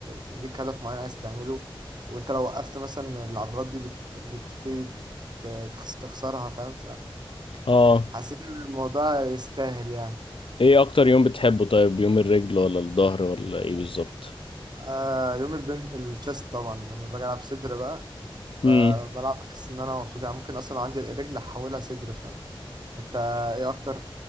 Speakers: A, on the right; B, on the left.
A: ليك هدف معين عايز تعمله وانت لو وقفت مثلا العضلات دي بت- بتبتدي ت- تخس- تخسرها فاهم
B: اه
A: فحسيت ان الموضوع يستاهل يعني
B: ايه اكتر يوم بتحبه طيب يوم الرجل ولا الظهر ولا ايه بالظبط
A: آه يوم البن الشيست طبعا لما باجي العب صدر بقى
B: أمم.
A: ب- بلعب بحس ان انا مبسوط يعني ممكن اصلا لو عندي الرجل احولها صدر فاهم انت ايه اكتر